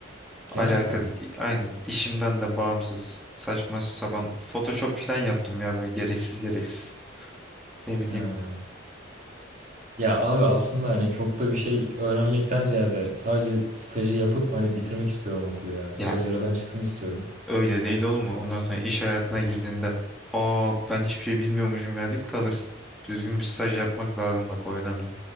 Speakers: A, on the right; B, in the centre.
A: Gerçekten
B: Alakası
A: mi?
B: aynen işimden de bağımsız saçma sapan Photoshop falan yaptım ya böyle gereksiz gereksiz. Ne bileyim
A: Ha. Ya abi aslında hani çok da bir şey öğrenmekten ziyade sadece stajı yapıp hani bitirmek istiyorum okulu ya. Staj
B: ya
A: aradan çıksın istiyorum.
B: öyle değil olur mu? Ondan sonra iş hayatına girdiğinde aa ben hiçbir şey bilmiyormuşum ya deyip kalırsın. Düzgün bir staj yapmak lazım bak o önemli.